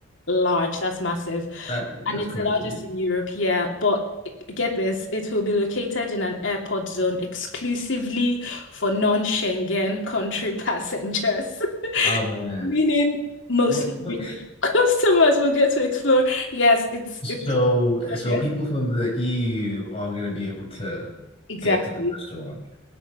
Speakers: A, on the left; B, on the left.
A: large, that's massive.
B: That
A: And
B: that's
A: it's
B: crazy.
A: the largest in Europe, yeah. But get this, it will be located in an airport zone exclusively for non-Schengen country passengers,
B: Oh man.
A: <laughs> meaning mostly
B: What,
A: British
B: what?
A: <laughs> customers will get to explore. Yes, it's it's
B: So so
A: Yes,
B: people from the EU are going to be able to
A: exactly.
B: get to the restaurant.